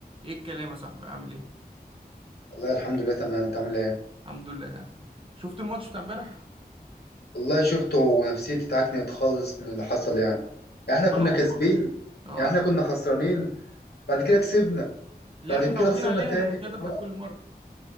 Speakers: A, on the right; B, on the left.
A: ايه الكلام يا صاحبي عامل ايه
B: والله الحمد لله تمام انت عامل ايه
A: الحمد لله تمام شفت الماتش بتاع امبارح
B: والله شفته ونفسيتي اتعكنت خالص من اللي حصل يعني يعني احنا
A: وانا
B: كنا
A: والله
B: كاسبين
A: اه
B: يعني احنا كنا خسرانين بعد كده كسبنا
A: اللي
B: بعد
A: هي متعودين
B: كده خسرنا
A: عليها
B: تاني
A: الريمونتادا
B: فاللي
A: بتاع
B: هو
A: كل مره